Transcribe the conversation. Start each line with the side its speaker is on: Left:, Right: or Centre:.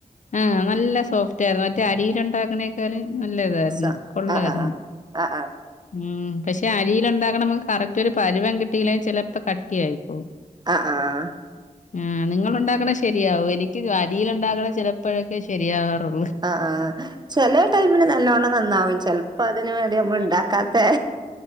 Left: ആ നല്ല സോഫ്റ്റ് ആയിരുന്നു മറ്റേ അരീൽ ഉണ്ടാക്കണേക്കാളും നല്ല ഇതായിരുന്നു
Right: സ
Left: കൊള്ളായിരുന്നു
Right: ആ ആ ആ ആ
Left: ഉം പക്ഷെ അരിയില്ണ്ടാക്കണ മ്മ കറക്ട് ഈയൊരു പരുവം കിട്ടിയില്ലേ ചെലപ്പ കട്ടിയായി പോവും
Right: ആഹ് ആഹ്
Left: ആ നിങ്ങള് ഉണ്ടാക്കണ ശരിയാവും എനിക്ക് അരീൽ ഉണ്ടാകണ ചെല ഇപ്പോഴൊക്കേ ശരിയാകാറുള്ള്
Right: ആ ആ ചെല ടൈമിന് നല്ലോണ്ണം നന്നാവും ചെലപ്പോ അതിന് വേണ്ടി നമ്മൾ ഉണ്ടാക്ക കത്തെ